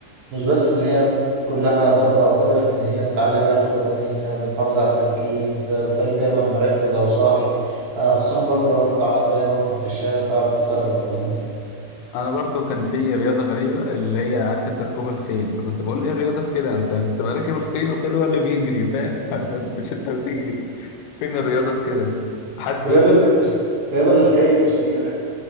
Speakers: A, on the right (about 60°); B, on the left (about 85°).
A: مش بس إن هي كلها ضربة أو كده لكن هي بتعلي اللياقة البدنية بتحافظ على التركيز بتخليك دايما مركز أو صاحي آه، خصوصا برضو لو أنت تعرضت لأي موقف في الشارع تعرف تتصرف فاهمني
B: انا برضو كان في رياضه غريبه اللي هي عارف انت ركوب الخيل فكنت بقول ايه الرياضه في كده انت بتبقى راكب الخيل الخيل هو اللي بيجري فاهم <laughs> فانت مش انت بتجري فين الرياضه في كده حد
A: رياضة رياضة للخير مش لينا